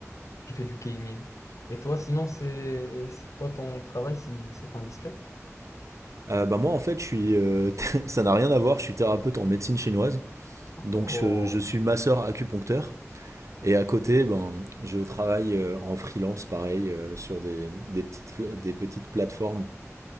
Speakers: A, on the left; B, on the right.
A: Je fais du gaming. Et toi, sinon, c'est c'est quoi ton travail si c'est pas indiscret?
B: Euh, bah moi, en fait, je suis, euh, <laughs> ça n'a rien à voir, je suis thérapeute en médecine chinoise.
A: Oh.
B: Donc je, je suis masseur acupuncteur. Et à côté, ben, je travaille euh, en freelance, pareil, euh, sur des, des petites, pla- des petites plateformes